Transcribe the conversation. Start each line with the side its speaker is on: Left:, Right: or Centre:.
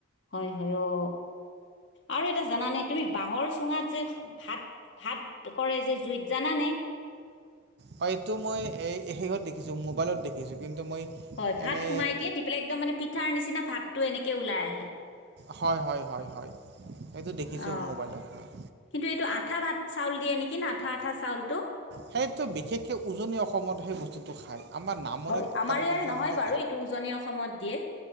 Left: হয় হয় অ আৰু এটা জানা নে তুমি? বাঁহৰ চুঙাত যে ভাত ভাত কৰে যে জুইত জানানে?
Right: হয় এইটো মই এই শেষত দেখিছো মোবাইলত দেখিছো কিন্তু মই
Left: হয় ভাত
Right: এনেই
Left: সোমাই দিয়ে দি পেলাই একদম মানে পিঠাৰ নিচিনা ভাতটো এনেকে ওলাই আহে।
Right: হয়- হয়- হয়- হয় এইটো দেখিছো
Left: অ
Right: মোবাইলত হয়।
Left: কিন্তু এইটো আঠা ভাত চাউল দিয়ে নেকি আঠা আঠা চাউলটো।
Right: সেইতটো বিশেষকে উজনি অসমত সেই বস্তুটো খায়। আমাৰ নামনিত
Left: হয় আমাৰ
Right: তাতে
Left: ইয়াৰে
Right: প্ৰচলনটো
Left: নহয় বাৰু এইটো উজনি অসমত দিয়ে।